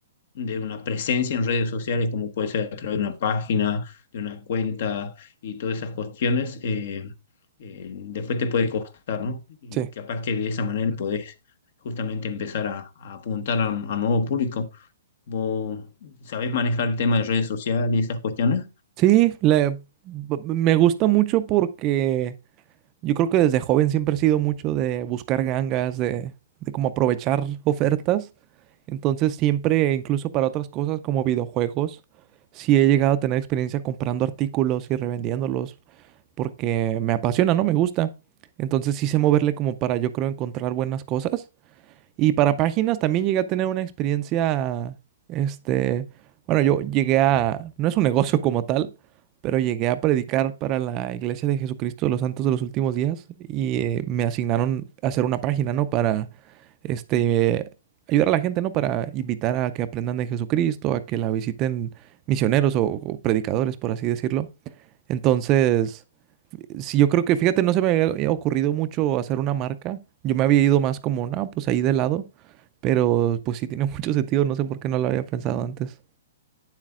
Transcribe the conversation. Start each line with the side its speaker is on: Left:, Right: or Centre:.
Left: de una presencia en redes sociales, como puede ser a través de una página, de una cuenta y todas esas cuestiones, eh, eh, después te puede costar, ¿no? Y
Right: Sí.
Left: capaz que de esa manera podés justamente empezar a, a apuntar a, un a nuevo público. ¿Vos sabés manejar el tema de redes sociales y esas cuestiones?
Right: Sí, le- b- me gusta mucho porque yo creo que desde joven siempre he sido mucho de buscar gangas, de, de cómo aprovechar ofertas. Entonces siempre, incluso para otras cosas como videojuegos, sí he llegado a tener experiencia comprando artículos y revendiéndolos porque me apasiona, ¿no? Me gusta. Entonces sí sé moverle como para yo creo encontrar buenas cosas. Y para páginas también llegué a tener una experiencia, este, bueno, yo llegué a, no es un negocio como tal, pero llegué a predicar para la Iglesia de Jesucristo de los Santos de los Últimos Días y eh, me asignaron a hacer una página, ¿no? Para, este, ayudar a la gente, ¿no? Para invitar a que aprendan de Jesucristo, a que la visiten misioneros o, o predicadores, por así decirlo. Entonces, si yo creo que, fíjate, no se me había ocurrido mucho hacer una marca. Yo me había ido más como, no, pues ahí de lado. Pero pues sí tiene <laughs> mucho sentido, no sé por qué no lo había pensado antes.